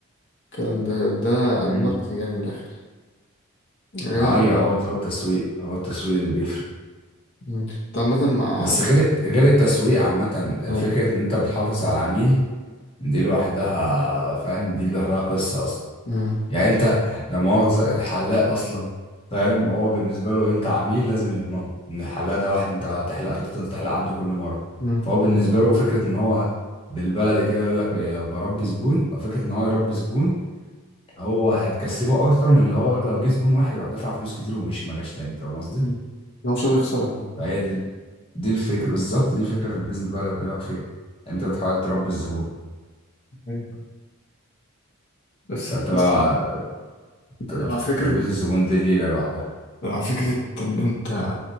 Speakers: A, on the left; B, on the left.
A: الكلام ده ده
B: امم
A: الماركتنج يعني من الاخر يعني
B: ما
A: هي عامة
B: ايوه هو هو التسويق هو التسويق اللي بيفرق
A: مم. انت عامة مع
B: بس غير الت- غير التسويق عامة
A: مع-
B: فكرة ان انت بتحافظ على العميل دي لوحدها فاهم دي لوحدها قصة أصلا
A: مم.
B: يعني أنت لا مؤاخذة الحلاق أصلا فاهم هو بالنسبة له أنت عميل لازم يضمنه إن الحلاق ده واحد أنت هتحلق هتفضل تحلق عنده كل مرة
A: مم.
B: فهو بالنسبة له فكرة إن هو بالبلدي كده يقول لك إيه، بربي زبون أو فكرة إن هو يربي زبون هو هتكسبه أكتر من اللي هو لو جه زبون واحد راح دفع فلوس كتير ومشي ما جاش تاني فاهم قصدي؟
A: مم. انا مش عايز اخسرك يعني.
B: فهي دي دي الفكرة بالظبط دي الفكرة في البيزنس بقى اللي بكلمك فيها أنت بتحاول تربي الزبون
A: أيوة. بس
B: فأنت
A: بس
B: بقى ت-
A: مع
B: ت-
A: فكرة
B: تربية الزبون دي ليلة لوحدها
A: مع فكرة ان انت